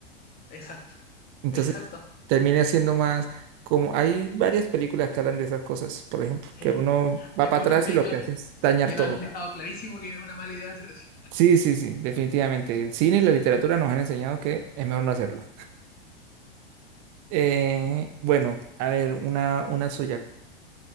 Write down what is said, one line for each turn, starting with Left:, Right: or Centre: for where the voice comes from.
Left: Exacto,
Right: Entonces
Left: exacto.
Right: termine haciendo más, como hay varias películas que hablan de esas cosas, por ejemplo,
Left: Sí,
Right: que uno
Left: hay
Right: va
Left: muchas
Right: para atrás
Left: películas
Right: y lo que hace es
Left: que,
Right: dañar
Left: que
Right: todo.
Left: nos han dejado clarísimo que es una mala idea hacer eso.
Right: Sí, sí, sí, definitivamente. El cine y la literatura nos han enseñado que es mejor no hacerlo. Eh, bueno, a ver, una, una suya.